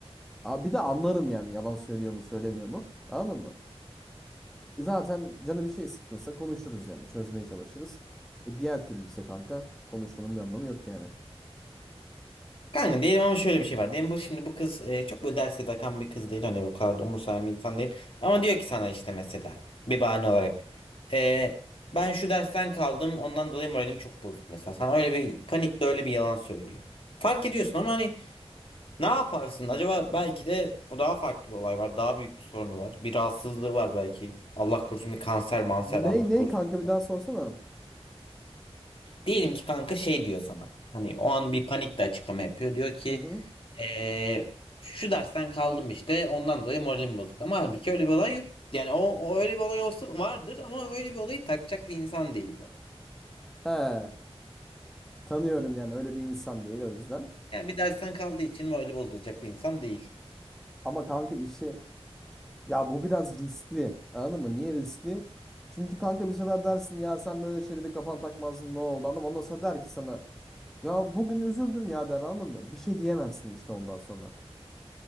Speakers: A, in the centre; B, on the left.
A: Aa, bir de anlarım yani yalan söylüyor mu söylemiyor mu? Anladın mı? Zaten canı bir şey sıkkınsa konuşuruz yani çözmeye çalışırız. E diğer türlü ise kanka konuşmanın bir anlamı yok yani.
B: Kanka değilim ama şöyle bir şey var. Diyelim bu şimdi bu kız e, çok böyle derse takan bir kız değil. Hani o kadar da umursayan bir insan değil. Ama diyor ki sana işte mesela bir bahane olarak. e, ben şu dersten kaldım ondan dolayı moralim çok bozuk mesela. Sana öyle bir panikle öyle bir yalan söylüyor. Fark ediyorsun ama hani ne yaparsın? Acaba belki de daha farklı bir olay var. Daha büyük bir sorunu var. Bir rahatsızlığı var belki. Allah korusun bir kanser manser
A: Ney
B: Allah
A: ney
B: korusun.
A: kanka bir daha sorsana.
B: Diyelim ki kanka şey diyor sana. Hani o an bir panikle açıklama yapıyor. Diyor ki
A: Hı hı.
B: Ee, şu dersten kaldım işte ondan dolayı moralim bozuk. Ama halbuki öyle bir olay yok. Yani o, o öyle bir olay olsa vardır ama öyle bir olayı takacak bir insan değil bu.
A: He, tanıyorum yani öyle bir insan değil o yüzden.
B: Yani bir dersten kaldığı için morali bozulacak bir insan değil.
A: Ama kanka işi ya bu biraz riskli. Anladın mı? Niye riskli? Çünkü kanka bir sefer dersin ya sen böyle şeyleri kafana takmazdın ne oldu anladın mı? Ondan sonra der ki sana ya bugün üzüldüm ya der anladın mı? Bir şey diyemezsin işte ondan sonra.